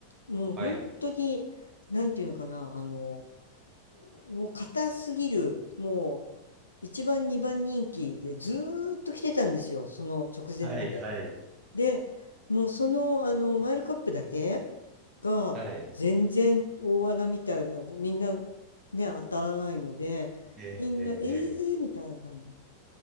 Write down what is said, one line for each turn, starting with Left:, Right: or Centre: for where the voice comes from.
Left: もう本当に、
Right: はい、
Left: なんていうのかな、あの、もう硬すぎる、もう、一番二番人気でずーっと来てたんですよ、その直前まで。
Right: はい、はい、
Left: で、もうその、あの、マイルカップだけが全然大穴みたいな、
Right: はい。
Left: みんなね、当たらないので、
Right: えー、えー、
Left: みんな、えーみたいな感じ。
Right: えー